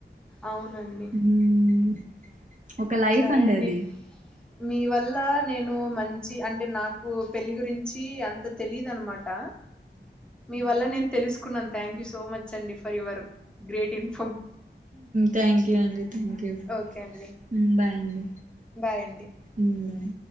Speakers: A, in the centre; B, on the right (about 40°).
A: అవునండి
B: మ్మ్ ఒక లైఫ్
A: సరే అండి
B: అది
A: మీ వల్ల నేను మం చి అంటే నాకు పెళ్ళి గురించి అంత తెలిదు అనమాట మీ వల్ల నేన్ తెలుస్కున్నన్ థ్యాంక్యూ సో మచ్చ్ అండి for your great info
B: thank you అండి థ్యాంక్యూ
A: ఓకే అండి
B: ఉ బాయండి
A: బాయ్ అండి
B: ఉ బాయ్